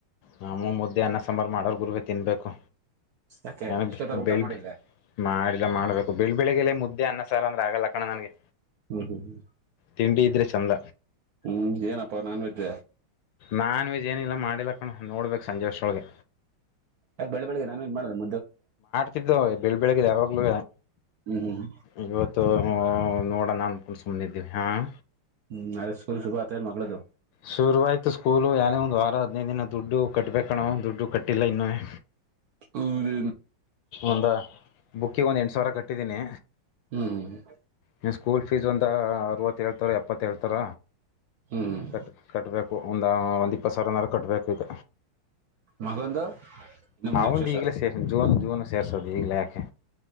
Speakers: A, on the left; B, on the right.
A: ನಮ್ಮೂ ಮುದ್ದೆ ಅನ್ನ ಸಾಂಬಾರು ಮಾಡೋರ್ ಗುರುವೆ ತಿನ್ಬೇಕು
B: ಯಾಕೆ
A: ನಾನು
B: ಇಷ್ಟೊತ್ತಾಗ ಊಟ
A: ಬೆಳ್
B: ಮಾಡಿಲ್ವೆ
A: ಬೆ ಮಾಡಿಲ್ಲ ಮಾಡ್ಬೇಕು ಬೆಳ ಬೆಳಿಗ್ಗೆಲ್ಲೇ ಮುದ್ದೆ ಅನ್ನ ಸಾರ್ ಅಂದ್ರೆ ಆಗಲ್ಲ ಕಣ ನನ್ಗೆ
B: ಹ್ಮ್ ಹ್ ಹ್
A: ತಿಂಡಿ ಇದ್ರೆ ಚಂದ.
B: ಹ್ಮ್ ಏನಪ್ಪಾ ನಾನ್ವೆಜ್ಜ.
A: ನಾನ್ವೆಜ್ ಏನಿಲ್ಲ ಮಾಡಿಲ್ಲ ಕಣೋ ನೋಡ್ಬೇಕು ಸಂಜೆ ಅಷ್ಟ್ರೋಳಗೆ.
B: ಅದ್ ಬೆಳ ಬೆಳಗ್ಗೆ ನಾನನ್ ಮಾಡದ್ದು
A: ದ್ದು ಬೆಳಿ ಬೆಳಗ್ಗೆ ಯಾವಾಗ್ಲೂ
B: ಹ್ಮ್ ಹ್ಮ್
A: ಇವತ್ತು ನೋಡೋಣ ಅನ್ಕೊಂಡ ಸುಮ್ಮನಿದ್ದೀವಿ ಹಾಂ
B: ಹ್ಮ್ ಅದೇ ಸ್ಕೂಲ್ ಶುರು ಆತ ಮಗಳದು
A: ಶುರುವಾಯ್ತು ಸ್ಕೂಲು ಯನೇ ಒಂದಂದು ವಾರ ಹದಿನೈದು ದಿನ ದುಡ್ಡು ಕಟ್ಬೇಕಣ ಒ ದುಡ್ಡು ಕಟ್ಟಿಲ್ಲ ಇನ್ನು <inaudible>
B: ಹದ
A: ಒಂದ ಬುಕ್ಕಿಗೆ ಒಂದು ಎಂಟು ಸಾವಿರ ಕಟ್ಟಿದ್ದೀನಿ
B: ಹ್ಮ್ ಹ್ಮ್
A: ನೀನು ಸ್ಕೂಲ್ ಫೀಸ್ ಒಂದು ಅರರುವತ್ತೇಳಳ್ತಾರ ಎಪ್ಪತ್ತೇಳೇಳ್ತಾರ
B: ಹ್ಮ್
A: ಕಟ್ ಕಟ್ಬೇಕು ಒಂದ ಒಂದ್ ಇಪ್ಪತ್ ಸಾವಿರನಾರ ಕಟ್ಬೇಕು ಈಗ
B: ಮಗಂದು ನಮ್
A: ಅವಂದ
B: ನೆಕ್ಸ್ಟ್ ವರ್ಷ
A: ಈಗ್ಲೇ ಸೇರ್ ಜೂನ್ ಜೂನ್ ಸೇರ್ಸೋದು ಈಗ್ಲೇ ಯಾಕೆ